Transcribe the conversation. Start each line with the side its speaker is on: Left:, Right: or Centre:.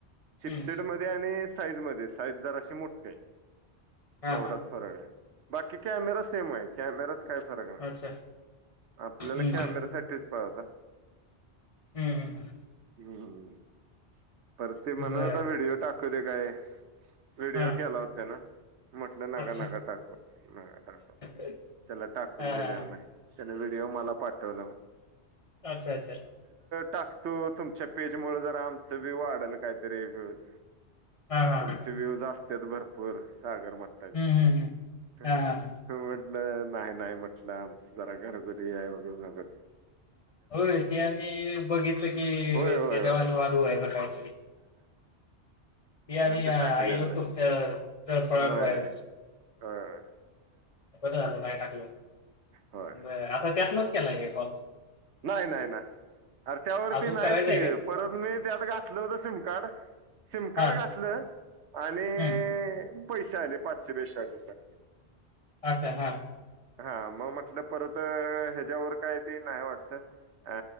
Right: चिप्सैड
Left: हं.
Right: आणि साईज मध्ये साईज जरा अशी मोठे
Left: हां,
Right: एवढाच
Left: हां, हां.
Right: फरक आहे बाकी कॅमेरा सेम आहे कॅमेरात काय फरक नाही
Left: अच्छा.
Right: आपल्याला
Left: हं,
Right: कॅमेरासाठी पाहिजे होता
Left: हम्म हम् हम
Right: हम्म पर
Left: हं.
Right: ते म्हणता
Left: बरं.
Right: व्हिडीिओ टाकव दे काय व्हिडओ
Left: हां,
Right: कला होते ना म्हटलं नका
Left: अच्छा.
Right: नका टाकू नका टाकू
Left: हां,
Right: त्याला टाकून दिले
Left: हां.
Right: ड म पाठव
Left: अच्छा, अच्छा.
Right: टाकतो तुमच्या पेज मु जर आमच व्ह्यू वाढल काहीतरी रिव्ह्यूज
Left: हां,
Right: तुमचे
Left: हां.
Right: व्ह्यूज असते भरपूर सागर मट्टाचे
Left: हं, हं, हं.
Right: म्हटलं
Left: हां, हां, हां.
Right: नाही नाही म्हटलं आमच जरा घरोघरी आहे वगैरेगर
Left: हो ते आमही बघितलं की
Right: होय होय
Left: त्याजवाने
Right: होय
Left: वाद व्हायच कातरी त
Right: म्हण ते
Left: आईल
Right: टाकलेलं नाही
Left: त फळ
Right: होय.
Left: वाल
Right: होय
Left: कस झालं का टाकलं
Right: होय
Left: बर आता त्यातनच केलाय कॉल
Right: नाही नाही नाही अरे त्यावरती
Left: अजून
Right: नाहीच
Left: करायचा
Right: ती
Left: आहे काय?
Right: परत मी ते आत घातलं होतं सिम कार्ड सिम कार्ड
Left: हां,
Right: घातलं आणि
Left: हं.
Right: पैसे आले पाच शुभेच्छाच स
Left: अच्छा, हां.
Right: हा मग म्हटलं परत ह्याच्यावर काय त नाही वाटत अ